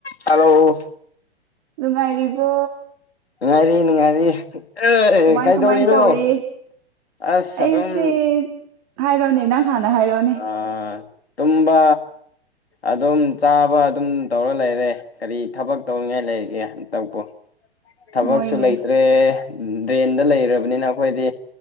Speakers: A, on the left; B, on the right.
A: Hello
B: ꯅꯨꯡꯉꯥꯏꯔꯤꯕꯣ
A: ꯅꯨꯡꯉꯥꯏꯔꯤ ꯅꯨꯡꯉꯥꯏꯔꯤ ꯑꯦ
B: ꯀꯃꯥꯏ
A: ꯀꯩꯗꯧꯔꯤꯅꯣ
B: ꯀꯃꯥꯏ ꯇꯧꯔꯤ
A: ꯑꯁ
B: ꯑꯩꯁꯦ
A: ꯑꯗꯨꯝ
B: ꯍꯥꯏꯔꯣꯅꯦ ꯅꯪ ꯍꯥꯟꯅ ꯍꯥꯏꯔꯛꯑꯣꯅꯦ
A: ꯑꯥ ꯇꯨꯝꯕ ꯑꯗꯨꯝ ꯆꯥꯕ ꯑꯗꯨꯝ ꯇꯧꯔ ꯂꯩꯔꯦ ꯀꯔꯤ ꯊꯕꯛ ꯇꯧꯅꯤꯡꯉꯥꯏ ꯂꯩꯔꯤꯒꯦ ꯍꯟꯇꯛꯄꯨ ꯊꯕꯛꯁꯨ
B: ꯃꯣꯏꯅꯦ
A: ꯂꯩꯇ꯭ꯔꯦ ꯗ꯭ꯔꯦꯟꯗ ꯂꯩꯔꯕꯅꯤꯅ ꯑꯩꯈꯣꯏꯗꯤ